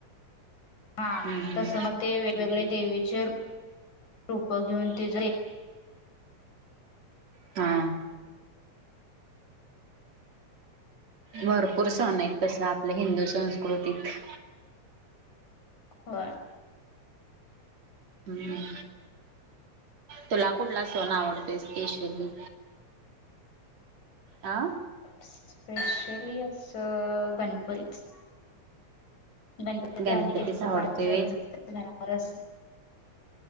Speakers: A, on the left; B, on the right.
A: हा
B: हम्म हम्म
A: तस मग ते वेगवेगळे देवीचे रूप घेऊन ते
B: हा भरपूर सण आहेत तस आपल्या हिंदू संस्कृतीत
A: हो
B: हम्म तुला कुठला सोन आवडतो एपेशली आ
A: स्पेशली असं गणपतीच गणपती
B: गणपतीच
A: ते आलं की असं
B: आवडतोय
A: पा घरावर अस